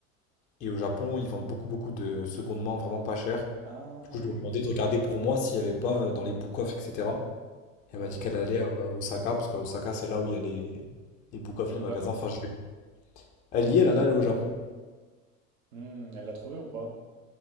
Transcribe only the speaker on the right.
Ah,
ouais.
Elle
y
va quand?
Hmm, elle l'a trouvé ou pas?